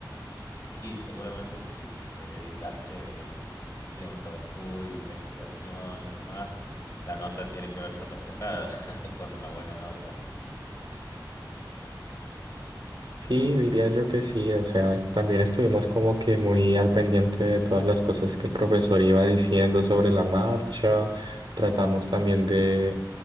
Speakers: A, on the left; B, on the right.
A: Y seguramente si le dedicaste tiempo de estudio, investigación y demás, la nota tiene que verse reflejada <laughs> con una buena nota.
B: Sí, diría yo que sí, o sea, también estuvimos como que muy al pendiente de todas las cosas que el profesor iba diciendo sobre la marcha, tratamos también de,